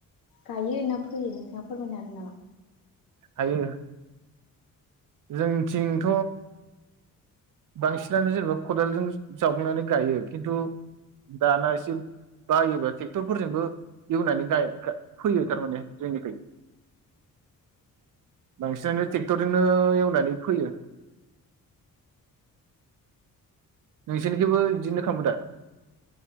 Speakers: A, on the left; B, on the right.
A: गायो ना फैयो नोंथाङा फोरमायनो हागोन नामा?
B: हायो जोंथिंथ बांसिनानो जेनेबा खदालजों जावगनानै गायो किन्तपदाना एसे बायोबा ट्रेक्टरफोरजोंबो एवनानै गा गा फैयो थारमाने जोंनिखै बांसिनानो ट्रेक्टरजोंनो एवनानै फोयो नोंसोरनिखिंबो बिदिनो खालामो दा?